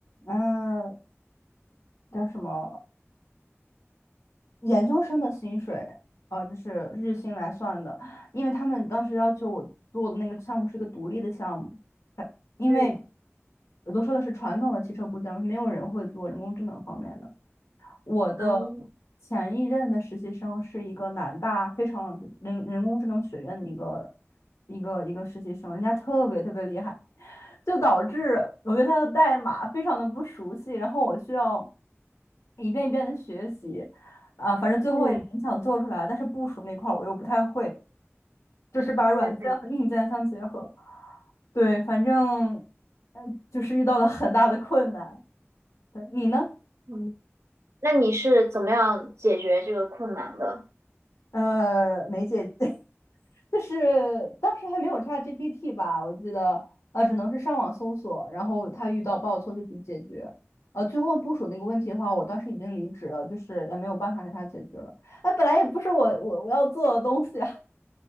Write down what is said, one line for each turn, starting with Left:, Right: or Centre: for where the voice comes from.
Left: 嗯、叫什么研究生的薪水，呃，就是日薪来算的，因为他们当时要求我做的那个项目是个独立的项目，因为
Right: 嗯
Left: 我都说的是传统的汽车部件，没有人会做人工智能方面的。我的
Right: 嗯，
Left: 前一任的实习生是一个南大非常人人工智能学院的一个一个一个实习生，人家特别特别厉害，就导致我对他的代码非常的不熟悉，然后我需要一遍一遍的学习，啊，反正最后也勉强做出来，
Right: 嗯
Left: 但是部署那块儿我又不太会，就是把软件和硬件相结合，
Right: 嗯
Left: 对，反正嗯，就是遇到了很大的困难。对，你呢？
Right: 嗯那你是怎么样解决这个困难的？
Left: 呃，梅姐，<laughs> 就是当时还没有 ChatGPT 吧，我记得，呃，只能是上网搜索，然后他遇到报错就去解决。呃，最后部署那个问题的话，我当时已经离职了，就是也没有办法给他解决了。哎，本来也不是我我我要做的东西啊。